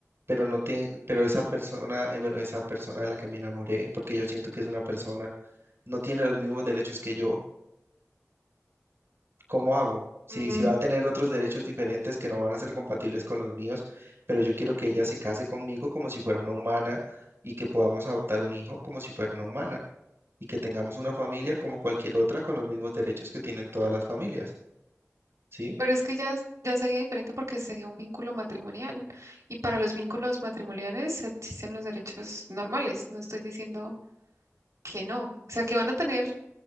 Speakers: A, on the right; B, on the right.
A: pero no tiene, pero esa persona, eh, bueno, esa persona de la que me enamoré, porque yo siento que es una persona, no tiene los mismos derechos que yo, ¿cómo hago? Si,
B: Mm,
A: si va a tener otros derechos diferentes que no van a ser compatibles con los míos, pero yo quiero que ella se case conmigo como si fuera una humana y que podamos adoptar un hijo como si fuera una humana y que tengamos una familia como cualquier otra con los mismos derechos que tienen todas las familias, ¿sí?
B: Pero es que ya, es- ya sería diferente porque sería un vínculo matrimonial y para los vínculos matrimoniales existen los derechos normales. No estoy diciendo que no. O sea, que van a tener